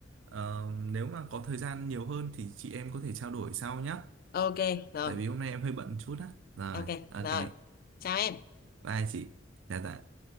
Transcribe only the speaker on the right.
ờ, nếu mà có thời gian nhiều hơn thì chị em có thể trao đổi sau nhá.
Tại vì hôm nay em hơi bận chút á. Rồi,
ok.
Bye chị. Dạ dạ.